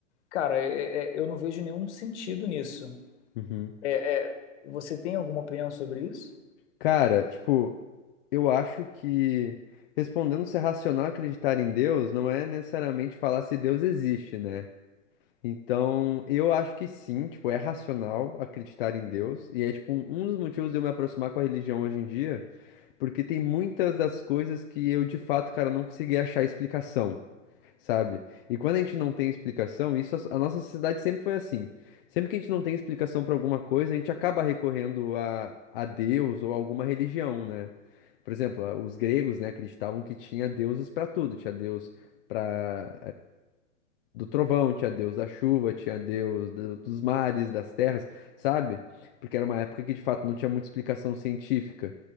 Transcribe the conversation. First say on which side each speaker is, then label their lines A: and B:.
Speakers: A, on the left (about 65°); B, on the left (about 45°).
A: Cara, é- é- eu não vejo nenhum sentido nisso.
B: Uhum.
A: É- é, você tem alguma opinião sobre isso?
B: Cara, tipo, eu acho que respondendo se é racional acreditar em Deus não é necessariamente falar se Deus existe, né? Então, eu acho que sim, tipo, é racional acreditar em Deus. E é, tipo, um um dos motivos de eu me aproximar com a religião hoje em dia, porque tem muitas das coisas que eu, de fato, cara, não consegui achar explicação. sabe? E quando a gente não tem explicação, isso a nossa sociedade sempre foi assim. Sempre que a gente não tem explicação para alguma coisa, a gente acaba recorrendo a, a Deus ou alguma religião, né? Por exemplo, a- os gregos, né, acreditavam que tinha deuses para tudo, tinha Deus para do trovão, tinha Deus da chuva, tinha Deus do- dos mares, das terras, sabe? Porque era uma época que de fato não tinha muita explicação científica.